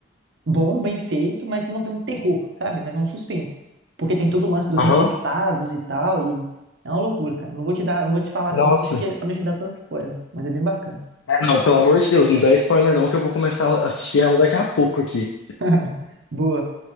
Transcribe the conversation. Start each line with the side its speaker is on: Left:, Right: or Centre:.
Right: bom, bem feito, mas que não tem um terror, sabe? Mas é um suspense. Porque tem todo o lance dos
Left: Aham,
Right: infectados e tal, e é uma loucura, cara. Não vou te dar, não vou te falar
Left: nossa.
Right: tanto, porque, pra não te dar tanto spoiler, mas é bem bacana.
Left: É, não, pelo amor de Deus, não dá spoiler não, que eu vou começar a assistir ela daqui a pouco aqui.
Right: <laughs> Boa.